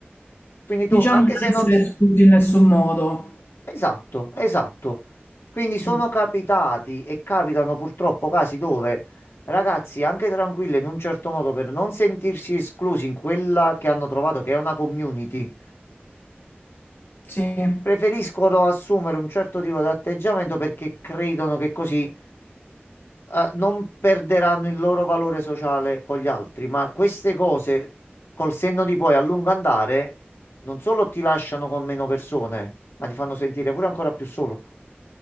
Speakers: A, on the left; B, on the left.
A: Quindi tu,
B: Diciamo
A: anche
B: di non
A: se
B: essere
A: non,
B: esclusi in nessun modo.
A: Esatto, esatto. Quindi sono
B: Mm,
A: capitati e capitano purtroppo casi dove ragazzi, anche tranquilli in un certo modo, per non sentirsi esclusi in quella che hanno trovato che è una community,
B: sì.
A: preferiscono assumere un certo tipo di atteggiamento perché credono che così, eh, non perderanno il loro valore sociale con gli altri. Ma queste cose, col senno di poi a lungo andare, non solo ti lasciano con meno persone, ma ti fanno sentire pure ancora più solo.